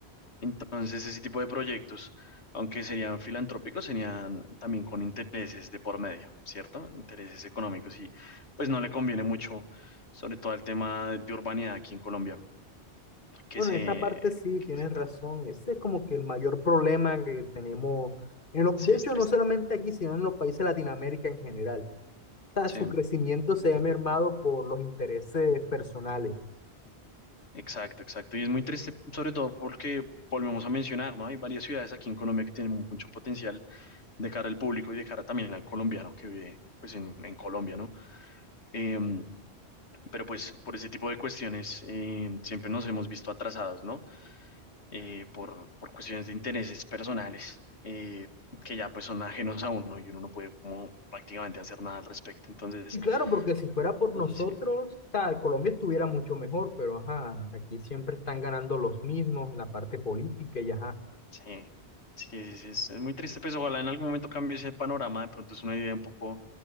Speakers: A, on the left; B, on the left.
A: Entonces, ese tipo de proyectos, aunque serían filantrópicos, serían también con intereses de por medio, ¿cierto? Intereses económicos y pues no le conviene mucho, sobre todo el tema de urbanidad aquí en Colombia, que
B: Bueno,
A: se,
B: en esta parte sí,
A: que
B: tienes
A: se tan,
B: razón, ese es como que el mayor problema que tenemos, en lo-
A: sí
B: de
A: es
B: hecho,
A: triste,
B: no solamente aquí, sino en los países de Latinoamérica en general. O sea,
A: sí.
B: su crecimiento se ve mermado por los intereses personales.
A: Exacto, exacto. Y es muy triste, sobre todo porque volvemos a mencionar, ¿no? Hay varias ciudades aquí en Colombia que tienen mucho potencial de cara al público y de cara también al colombiano que vive, pues, en, en Colombia, ¿no? Em, pero pues por ese tipo de cuestiones em, siempre nos hemos visto atrasados, ¿no? Eh, por, por cuestiones de intereses personales eh, que ya pues son ajenos a uno y uno no puede como prácticamente hacer nada al respecto. Entonces,
B: Y claro, porque si fuera por
A: entonces
B: nosotros,
A: sí.
B: o sea, Colombia estuviera mucho mejor, pero ajá, aquí siempre están ganando los mismos en la parte política y ajá.
A: Sí, sí, sí, sí, es, es muy triste, pues ojalá en algún momento cambie ese panorama, de pronto es una idea un poco